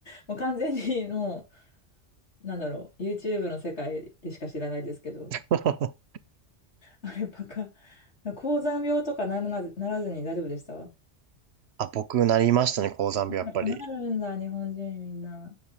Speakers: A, on the left; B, on the right.
A: もう完全にもう、なんだろう、YouTube の世界でしか知らないですけど、
B: <laughs>
A: アルパカ、高山病とかならな、ならずに大丈夫でした
B: あ、僕なりましたね、高山病、やっぱり。
A: やっぱなるんだ、日本人みんな。